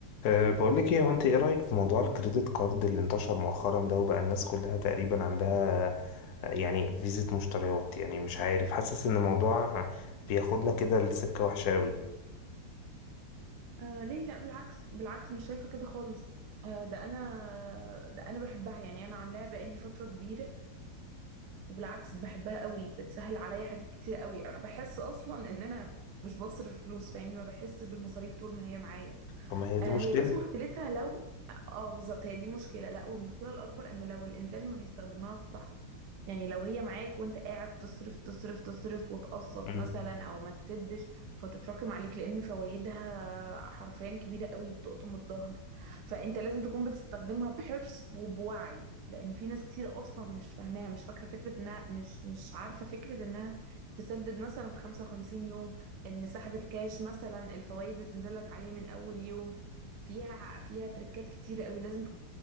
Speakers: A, on the left; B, on the right.
A: أه بقول لك ايه هو انت ايه رأيك في موضوع الكريدت كارد اللي انتشر مؤخرا ده وبقى الناس كلها تقريبا عندها آه، يعني فيزة مشتريات يعني مش عارف حاسس ان الموضوع بياخدنا كده لسكة وحشة قوي
B: آه ليه لا بالعكس بالعكس مش شايفة كده خالص آه ده انا ده انا بحبها يعني انا عاملاها بقالي فترة كبيرة وبالعكس بحبها قوي بتسهل عليا حاجات كتير قوي بحس اصلا ان انا مش بصرف فلوس فاهمني ما بحسش بالمصاريف طول ما هي معايا
A: طب ما هي دي
B: آه
A: مشكلة
B: هي بس مشكلتها لو اه بالظبط هي دي مشكلة لا والمشكلة الاكبر ان لو الانسان ما بيستخدمهاش صح يعني لو هي معاك وانت قاعد تصرف تصرف تصرف وتقسط
A: مم.
B: مثلا او ما تسدش فتتراكم عليك لان فوائدها حرفيا كبيرة قوي بتقطم الظهر فانت لازم تكون بتستخدمها بحرص وبوعي لان في ناس كتير اصلا مش فاهماها مش فاكرة فكرة انها مش مش عارفة فكرة انها تسدد مثلا في 55 يوم ان سحب الكاش مثلا الفوائد بتنزل لك عليه من اول يوم فيها فيها تريكات كتير قوي لازم